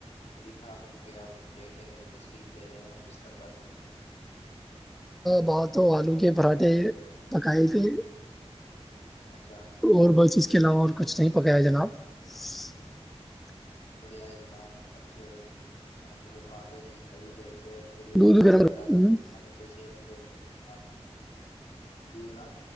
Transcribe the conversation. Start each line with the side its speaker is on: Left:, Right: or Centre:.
Left: ابھی کھا کھو گیا لیٹے ہیں تشریف لے رہے ہیں ا بستر پرھر
Centre: ب تو آلو کے پراٹھے پکائے تھے
Left: اچھا
Centre: تو اور بس اس کے علاوہ اور کچھ نہیں پکایا جناب السلام علیکم محترم بھائی جان آپ کو بھی مبارک ہو
Left: بڑھیا ہے جناب اچھا آلو کے پراٹھے بھی صحیح ہے صحت کے لیے
Centre: دودھ
Left: لیکن
Centre: گرم
Left: زیادہ
Centre: ہوں۔
Left: کھانے سے صحت ب گڑ ہے جناب جی جناب